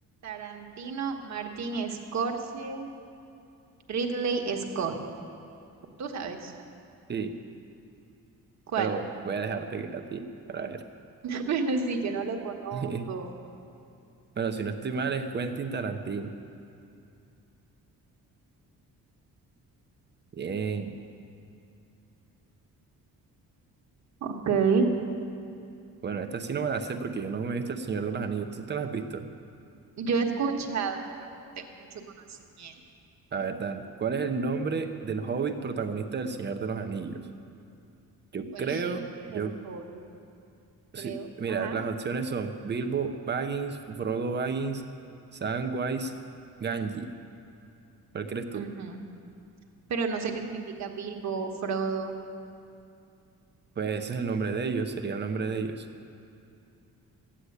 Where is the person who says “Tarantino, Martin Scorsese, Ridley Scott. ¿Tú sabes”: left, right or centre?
Right